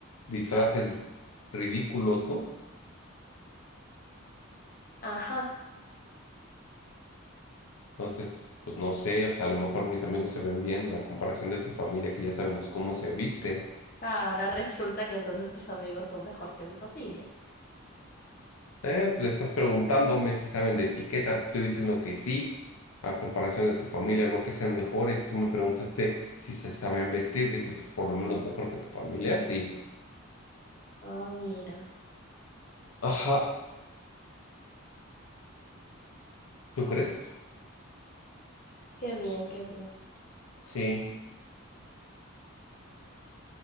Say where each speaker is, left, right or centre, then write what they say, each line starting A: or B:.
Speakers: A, on the left (about 80°); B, on the left (about 40°).
A: disfraces ridículos, ¿no?
B: Ajá.
A: Entonces, pues no sé, o sea, a lo mejor mis amigos se ven bien a comparación de tu familia, que ya sabemos cómo se viste.
B: Ah, ahora resulta que entonces tus amigos son mejor que mi familia.
A: Eh, le estás preguntándome si saben de etiqueta, te estoy diciendo que sí, a comparación de tu familia, no que sean mejores. Tú me preguntaste si se saben vestir, dije, pues por lo menos mejor que tu familia, sí.
B: Ah, mira,
A: Ajá, ¿tú crees?
B: qué bien, qué bien.
A: Sí.